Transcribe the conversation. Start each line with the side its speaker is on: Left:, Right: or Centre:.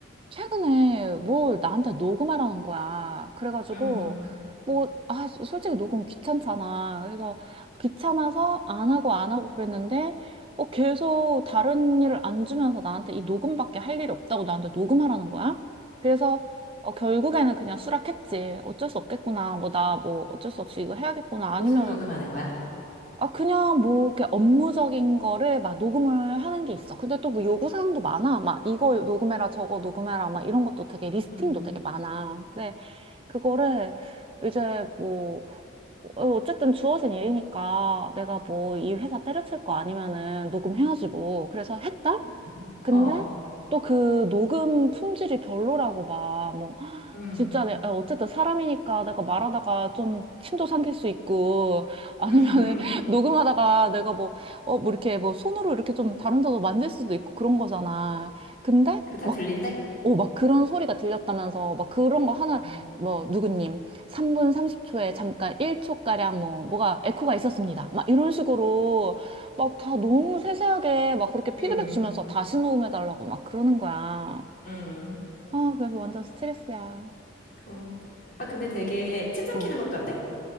Right: 최근에 뭘 나한테 녹음하라는 거야. 그래가지고,
Left: 응.
Right: 뭐, 아, 솔직히 녹음 귀찮잖아. 그래서 귀찮아서 안 하고 안 하고 그랬는데, 어, 계속 다른 일을 안 주면서 나한테 이 녹음밖에 할 일이 없다고 나한테 녹음하라는 거야. 그래서, 어, 결국에는 그냥 수락했지. 어쩔 수 없겠구나. 뭐, 나 뭐 어쩔 수 없이 이거 해야겠구나.
Left: 무슨
Right: 아니면
Left: 녹음하는 거야?
Right: 아, 그냥 뭐, 이렇게 업무적인 거를 막 녹음을 하는 게 있어. 근데 또 뭐 요구사항도 많아. 막 이거 녹음해라, 저거 녹음해라, 막 이런 것도 되게 리스팅도
Left: 응,
Right: 되게 많아. 근데 그거를 이제 뭐, 어, 어쨌든 주어진 일이니까 내가 뭐 이 회사 때려칠 거 아니면은 녹음해야지 뭐. 그래서 했다?
Left: 응
Right: 근데
Left: 어,
Right: 또 그 녹음 품질이 별로라고 막, 뭐
Left: 응.
Right: 진짜 내, 아, 어쨌든 사람이니까 내가 말하다가 좀 침도 삼킬 수 있고 아니면은
Left: <laughs>
Right: <laughs> 녹음하다가 내가 뭐, 어, 뭐 이렇게 뭐 손으로 이렇게 좀 다른 데도 만질 수도 있고 그런 거잖아. 근데
Left: 그거 다
Right: 막,
Left: 들린대?
Right: 어, 막 그런 소리가 들렸다면서 막 그런
Left: 응,
Right: 거 하나 뭐 누구님 3분 30초에 잠깐 1초가량 뭐 뭐가 에코가 있었습니다. 막 이런 식으로 막 다 너무 세세하게 막 그렇게 피드백
Left: 응,
Right: 주면서 다시 녹음해달라고 막 그러는 거야.
Left: 응.
Right: 아, 그래서 완전 스트레스야.
Left: 그건, 아, 근데 되게 침 삼키는
Right: 어.
Left: 것도 안 돼?